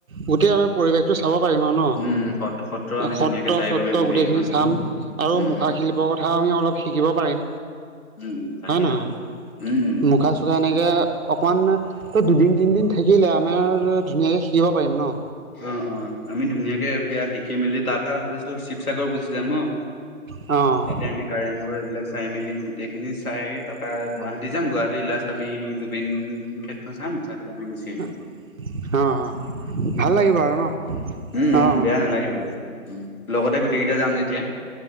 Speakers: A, on the right; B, on the left.
A: গোটেই আমাৰ পৰিৱেশটো চাব পাৰিম আৰু ন'।
B: উম, সত্ৰ সত্ৰ আমি
A: সত্ৰ-চত্ৰ
B: ধুনীয়াকে চাই আহিব পাৰিম গোটেইকেইখন
A: গোটেইখিনি চাম আৰু
B: উম,
A: মুখাশিল্প
B: উম,
A: শিল্পৰ কথা অলপ শিকিব পাৰিম
B: উম, উম, তাকে
A: হয় নহয়।
B: অ', উম, উম।
A: মুখা ত এনেকৈ অকমান তোৰ দুদিন, তিনিদিন থাকিলে আমি আৰু ধুনীয়াকে শিকিব পাৰিম ন'।
B: অঁ-অঁ! আমি ধুনীয়াকে সেয়া শিকি মেলি তাৰ ভাবিছো শিৱসাগৰ গুচি যাম ন।
A: অঁ!
B: তাতে আমি কাৰেংঘৰ এইবিলাক চাই মেলি গোটেইখিনি চাই তাৰপা গুৱাহাটী যাম, গুৱাহাটীৰ লাষ্ট আমি জুবিন ক্ষেত্ৰ চাম, চাই পেলাই আমি গুচি আহিম।
A: অঁ-অঁ! ভাল লাগিব আৰু ন'।
B: উম-উম!
A: অ অ।
B: বেয়া নালাগে বাৰু, লগতে গোটেই কেইটা যাম যেতিয়া।